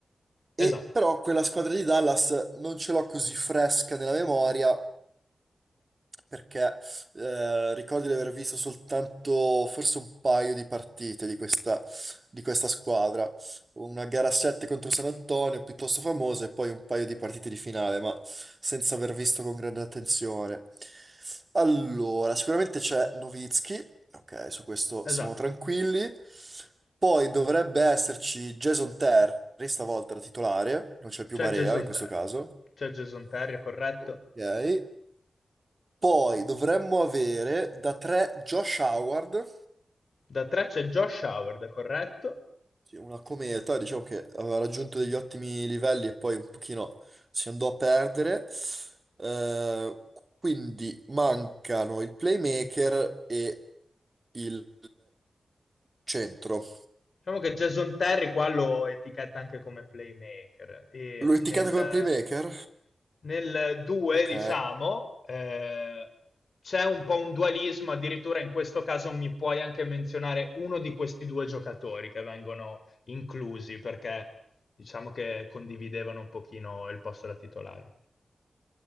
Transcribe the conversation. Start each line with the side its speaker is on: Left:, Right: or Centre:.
Left: Esatto,
Right: e però quella squadra di Dallas non ce l'ho così fresca nella memoria perché eh, ricordo di aver visto soltanto forse un paio di partite di questa, di questa squadra, una gara 7 contro San Antonio piuttosto famosa e poi un paio di partite di finale, ma senza aver visto con grande attenzione. Allora, sicuramente c'è Nowitzki, ok, su questo
Left: esatto.
Right: siamo tranquilli. Poi dovrebbe esserci Jason Terry, stavolta da titolare, non c'è più
Left: C'è
Right: Barea
Left: Jason
Right: in questo
Left: Terry.
Right: caso.
Left: C'è Jason Terry, è corretto.
Right: Ok. Poi dovremmo avere da 3 Josh Howard,
Left: Da 3 c'è Josh Howard, è corretto.
Right: che è una cometa, diciamo che aveva raggiunto degli ottimi livelli e poi un pochino si andò a perdere. Eh, quindi mancano il playmaker e il centro.
Left: Diciamo che Jason Terry qua lo etichetta anche come playmaker e
Right: L'ho etichetta
Left: nel,
Right: come playmaker?
Left: nel 2,
Right: Ok.
Left: diciamo, eh, c'è un po' un dualismo, addirittura in questo caso mi puoi anche menzionare uno di questi due giocatori che vengono inclusi perché diciamo che condividevano un pochino il posto da titolare.